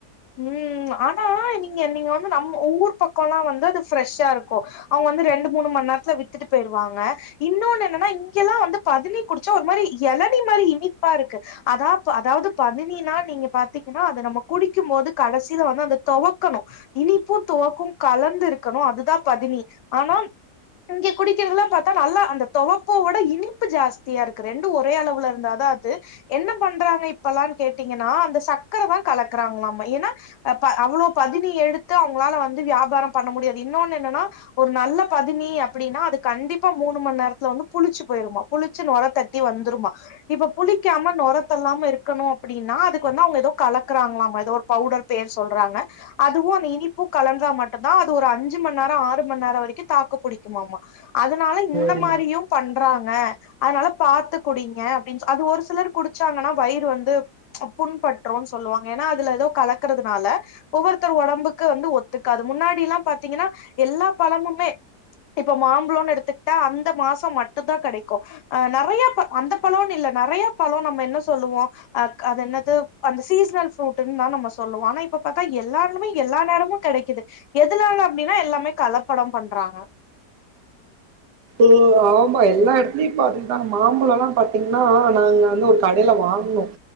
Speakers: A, on the left (about 80°); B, on the right (about 80°).
A: உம் ஆனா நீங்க நீங்க வந்து நம்ம உங்க ஊர் பக்கம்லா வந்து அது ஃப்ரெஷ்ஷா இருக் க்கு அவங்க வந்து ரெண்டு மூணு மணி நேரத்துல வித்துட்டு போயிருவாங்க இன்னொன்னு இல்லனா இங்கெல்லா வந்து பதினி குடிச்சா ஒரு மாறி எலநீ மாறி இனிப்பா இருக்கு அதா அதாவது பதினினா நீங்க பாத்தீங்கன்னா அத நம்ம குடிக் க்கும் போது கடைசில வந்து அந்த தொவக்கணும் இனிப்பும் துவக்கும் கலந்து இருக்கணும் அதுதான் பதினி ஆனா இங்க குடிக்கிறதுல்லா பாத்தா நல்லா அந்த துவப்பவோட இனிப்பு ஜாஸ்தியா இருக்கு ரெண்டு ஒரே அளவுல இருந்தாதான் அது என்ன பண்றாங்க இப்பல்லா கேட்டீங்கன்னா அந்த சக்கர தான் கலக் க்கறாங்கலாமா ஏன்னா அப்ப அவ்ளோ பதினி எடுத்து அவங்களால வந்து வியாபாரம் பண்ண முடியாது இன்னொன்னு என்னன்னா ஒரு நல்ல பதினி அப்படின்னா அது கண்டிப்பா மூணு மணி நேரத்துல வந்து புளிச்சு போயிருமா புளிச்சு நொரத்தட்டி வந்துருமா இப்ப புளிக்காம நொரத்தல்லாம இருக்கணும் அப்படின்னா அதுக்கு வந்து அவங்க ஏதோ கலக் க்குறாங்களாமா ஏதோ ஒரு பவுடர் பேர் சொல்றாங்க அதுவும் அந்த இனிப்பும் கலந்தா மட்டுந்தான் அது ஒரு அஞ்சு மணி நேரம் ஆறு மணி நேரம் வரைக்கும் தாக்கு புடிக்குமாமா அதனால இந்த
B: ம்
A: மாரியும் பண் க்கறாங்க அதனால பாத்து குடிங்க அப்டின்னு ஸ் அது ஒரு சிலர் குடிச்சாங்கன்னா வயிறு வந்து புண்பட்ரும் ஸ் சொல்லுவாங்க ஏன்னா அதுல ஏதோ கலக்கறதுனால ஒவ்வொருத்தர் ஒடம்புக்கு வந்து ஒத்துக்காது முன்னாடில்லாம் பாத்தீங்கன்னா எல்லா பழமுமே இப்ப மாம்பழன்னு எடுத்துக்கிட்டா அந்த மாசோம் மட்டுந்தா கெடைக்கும் அ நறைய ப அந்த பழேன்னு இல்ல நறைய பழே நம்ம என்ன சொல்லுவோம் அ அது என்னது அந்த ஸ் சீசனல் ஃப்ரூட்டுன்னு தா நம்போ சொல்லுவோம் ஆனா இப்ப பாத்தா எல்லாலுமே எல்லா நேரமும் கெடைக்குது, எதுனால அப்டின்னா எல்லாமே கலப்படம் பண்றாங்க.
B: உம் ஆமா எல்லா எடத் அப்டே பாத்தீங்கன்னா மாம்பழல்லா பாத்தீங்கன்னா நாங்க வந்து ஒரு கடைல வாங்ணோம்,